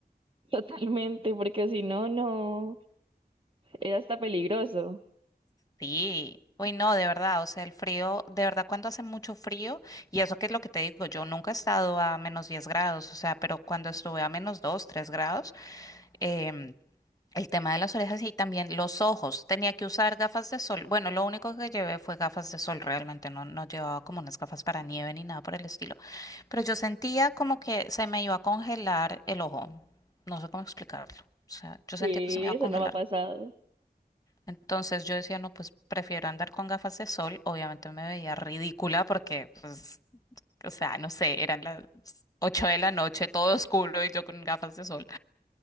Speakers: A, on the right; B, on the left.
A: totalmente, porque si no, no, es hasta peligroso,
B: Sí, uy, no, de verdad, o sea, el frío, de verdad, cuando hace mucho frío, y eso que es lo que te digo, yo nunca he estado a menos 10 grados, o sea, pero cuando estuve a menos 2, 3 grados, em, El tema de las orejas y también los ojos. Tenía que usar gafas de sol. Bueno, lo único que llevé fue gafas de sol, realmente no, no llevaba como unas gafas para nieve ni nada por el estilo. Pero yo sentía como que se me iba a congelar el ojo. No sé cómo explicarlo. O sea, yo sentía
A: sí,
B: que se me iba
A: eso
B: a congelar.
A: no me ha pasado.
B: Entonces yo decía, no, pues prefiero andar con gafas de sol. Obviamente me veía ridícula porque, pues, o sea, no sé, eran las 8 de la noche, todo oscuro y yo con gafas de sol